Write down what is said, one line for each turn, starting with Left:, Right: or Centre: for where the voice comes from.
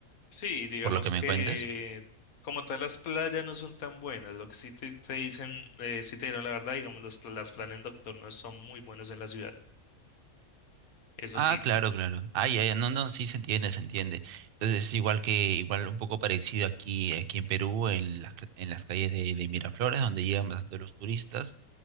Left: Sí, digamos
Right: por lo que me
Left: que
Right: cuentas.
Left: como tal las playas no son tan buenas. Lo que sí te, te dicen, eh, sí te dieron la verdad, digamos, los, pla- las planes nocturnos son muy buenos en la ciudad. Eso
Right: Ah,
Left: sí,
Right: claro, claro. Ah, ya, ya, no, no, sí se entiende, se entiende. Entonces es igual que, igual un poco parecido aquí, aquí en Perú, en las, ca- en las calles de, de Miraflores, donde llegan bastante los turistas,